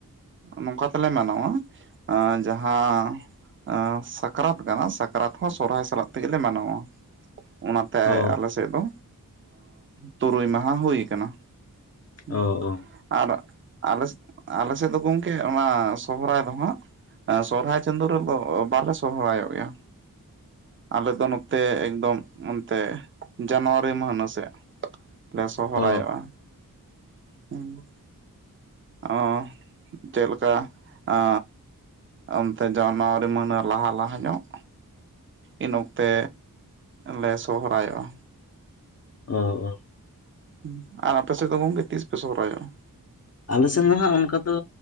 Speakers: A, on the right; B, on the left.
A: ᱱᱚᱝᱠᱟ ᱛᱮᱞᱮ ᱢᱟᱱᱟᱣᱟ ᱡᱟᱦᱟᱸ ᱥᱟᱠᱨᱟᱛ ᱠᱟᱱᱟ ᱥᱟᱠᱨᱟᱛ ᱦᱚᱸ ᱥᱚᱨᱚᱦᱟᱭ ᱥᱟᱞᱟᱜ ᱛᱮᱜᱮᱞᱮ ᱢᱟᱱᱟᱣᱟ ᱚᱱᱟᱛᱮ
B: ᱚ
A: ᱟᱞᱮ ᱥᱮᱫ ᱫᱚ ᱛᱩᱨᱩᱭ ᱢᱟᱦᱟ ᱦᱩᱭᱠᱟᱱᱟ ᱦᱩᱸ
B: ᱚ ᱚ
A: ᱟᱨ ᱟᱞ ᱟᱞᱮ ᱥᱮᱫ ᱫᱚ ᱜᱚᱢᱠᱮ ᱚᱱᱟ ᱥᱚᱦᱚᱨᱟᱭ ᱫᱚ ᱦᱟᱸᱜ ᱥᱚᱨᱦᱟᱭ ᱪᱟᱸᱫᱳ ᱨᱮᱫᱚ ᱵᱟᱞᱮ ᱥᱚᱨᱦᱟᱭᱚᱜ ᱜᱮᱭᱟ ᱟᱞᱮ ᱫᱚ ᱱᱚᱛᱮ ᱮᱠᱫᱚᱢ ᱚᱱᱛᱮ ᱡᱟᱱᱩᱣᱟᱨᱤ ᱢᱟᱦᱱᱟ ᱥᱮᱜ ᱞᱮ ᱥᱚᱦᱚᱨᱟᱭᱚᱜ-ᱟ
B: ᱚ ᱚ
A: ᱦᱮᱸ ᱟᱻ ᱪᱮᱫ ᱞᱮᱠᱟ ᱟᱻ ᱚᱱᱛᱮ ᱡᱟᱱᱩᱣᱟᱨᱤ ᱢᱟᱹᱦᱱᱟᱹ ᱞᱟᱦᱟ ᱞᱟᱦᱟ ᱧᱚᱜ ᱤᱱ ᱚᱠᱛᱮ ᱞᱮ ᱥᱚᱦᱚᱨᱟᱭᱚᱜ-ᱟ
B: ᱚ
A: ᱦᱩᱸ ᱟᱨ ᱟᱯᱮ ᱥᱮᱫ ᱫᱚ ᱜᱚᱝᱠᱮ ᱛᱤᱥ ᱯᱮ ᱥᱚᱦᱚᱨᱟᱭᱚᱜ-ᱟ
B: ᱟᱞᱮᱥᱮᱱ ᱦᱟᱸᱜ ᱚᱱᱠᱟ ᱫᱚ